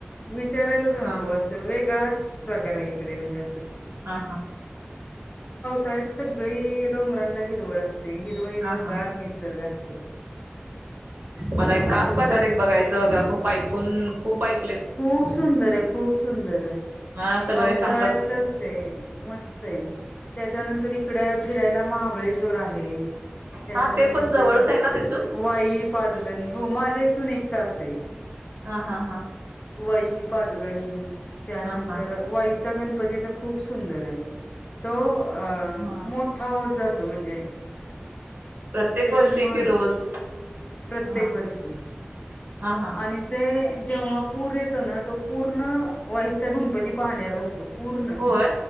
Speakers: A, on the left; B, on the right.
A: विचारायलाच नको
B: हा
A: असं वेगळाच प्रकार आहे म
B: हा हा
A: सगळी डोंगरांना हिरवळ असते हिरव हिरव
B: हा हा
A: गार निसर्ग असतो
B: मला एक कास
A: अजून
B: पटारे
A: त्याच
B: एक बघायचं बघा खूप ऐकून खूप ऐक
A: खूप सुंदर आहे खूप सुंदर आहे
B: हा सगळे
A: पावसाळ्यातच
B: सांगतात
A: मस्त आहे त्याच्यानंतर इकडे फिरायला महाबळेश् श्वर आहे. त्याच्यानंतर
B: हा ते पण जवळच आहे ना तिथून
A: वाई पाचगणी हो माझ्या इथून एक तास आहे
B: हा हा हा
A: वाई पाजगणी त्यानंतर
B: हा हा
A: वाई चा गणपती तर खूप सुंदर आहे तो अ
B: हा
A: मोठा होत जात तो म्हणजे
B: प्रत्येक
A: त्याची
B: वर्षी
A: म्हण
B: की रोज.
A: प्रत्येक
B: हा
A: वर्षी
B: हा हा
A: आणि ते जेव्हा पूर येतो ना तो पूर्ण वईचा गणपती पाहण्यात असतो पूर्ण
B: होय